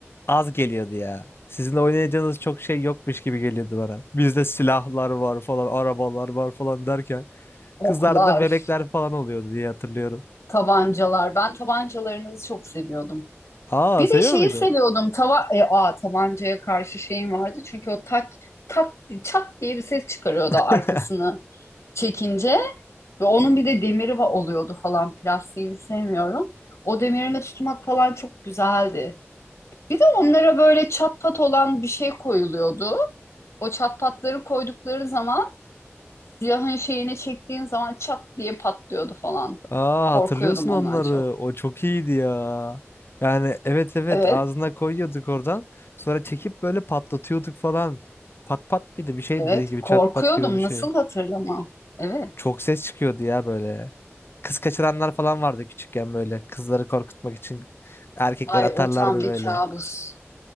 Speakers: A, on the left (about 55°); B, on the left (about 80°).
A: az geliyordu ya. Sizin oynayacağınız çok şey yokmuş gibi geliyordu bana. Bizde silahlar var falan, arabalar var falan derken
B: Oklar,
A: kızlarda da bebekler falan oluyordu diye hatırlıyorum.
B: tabancalar. Ben tabancalarınızı çok seviyordum.
A: Aa
B: Bir
A: seviyor
B: de şeyi
A: muydun?
B: seviyordum. Tava e, aa, tabancaya karşı şeyim vardı. Çünkü o tak tak çat diye bir ses çıkarıyordu
A: <laughs>
B: arkasını çekince. Ve onun bir de demiri va- oluyordu falan. Plastiğini sevmiyorum. O demirine tutmak falan çok güzeldi. Bir de onlara böyle çat pat olan bir şey koyuluyordu. O çat patları koydukları zaman silahın şeyini çektiğin zaman çat diye patlıyordu falan.
A: Aa
B: Korkuyordum
A: hatırlıyorsun
B: ondan
A: onları.
B: çok.
A: O çok iyiydi ya. Yani evet evet
B: Evet,
A: ağzına koyuyorduk oradan. Sonra çekip böyle patlatıyorduk falan. Pat pat bir de bir şey
B: evet.
A: dediği gibi
B: Korkuyordum.
A: çat pat gibi bir şey.
B: Nasıl hatırlamam? Evet.
A: Çok ses çıkıyordu ya böyle. Kız kaçıranlar falan vardı küçükken böyle. Kızları korkutmak için erkekler
B: Ay
A: atarlardı
B: o tam bir
A: böyle.
B: kabus.